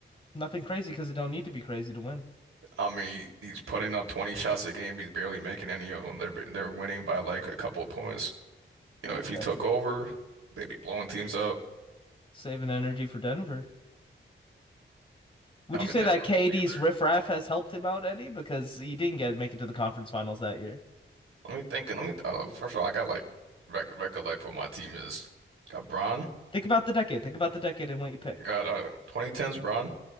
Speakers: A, on the left; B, on the right.
A: Nothing crazy because you don't need to be crazy to win.
B: I mean, he's putting up 20 shots a game. He's barely making any of them. They're they're winning by like a couple of points. You know, if
A: I got
B: he took
A: you.
B: over, they'd be blowing teams out.
A: Saving energy for Denver. Would
B: I
A: you
B: mean,
A: say
B: Denver
A: that KD's
B: won't be there.
A: riffraff has helped him out any? Because he didn't get make it to the conference finals that year.
B: Let me think. Let me. Uh, first of all, I got like rec recollect what my team is. Got Bron.
A: Think about the decade. Think about the decade and what you picked.
B: I got uh 2010s Bron.